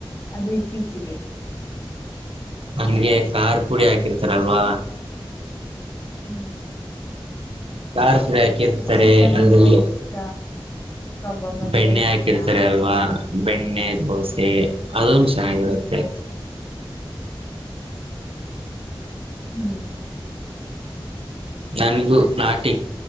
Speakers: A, on the left; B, on the right.
A: ಅದು ಇತ್ತೀಚಿಗೆ
B: ನಂಗೆ ಕಾರಪುಡಿ ಹಾಕಿರ್ತಾರಲ್ವಾ
A: ಹು
B: ಕಾರಪುಡಿ ಹಾಕಿರ್ತಾರೆ
A: ಚಿಕನ್
B: ಅದರಲ್ಲಿ
A: ಅಂದ್ರೆ ಇಷ್ಟ ಕಬಾಬ್ ಅಂದ್ರೆ
B: ಬೆಣ್ಣೆ
A: ಇಷ್ಟ
B: ಹಾಕಿರ್ತಾರೆ ಅಲ್ವಾ ಬೆಣ್ಣೆ ದೋಸೆ ಅದೊಂದು ಚೆನ್ನಾಗಿರುತ್ತೆ
A: ಹು
B: ನನಗೂ ನಾಟಿ